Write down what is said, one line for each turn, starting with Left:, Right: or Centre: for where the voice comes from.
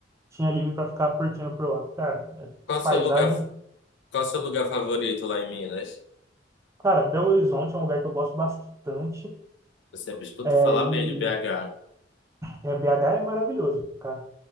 Right: tinha livre para ficar curtindo por lá. Cara, é
Left: Qual o
Right: paisagem.
Left: seu lugar, qual o seu lugar favorito lá em Minas?
Right: Cara, Belo Horizonte é um lugar que eu gosto bastante.
Left: Eu sempre escuto
Right: É,
Left: falar
Right: e
Left: bem de BH.
Right: é, BH é maravilhoso, cara.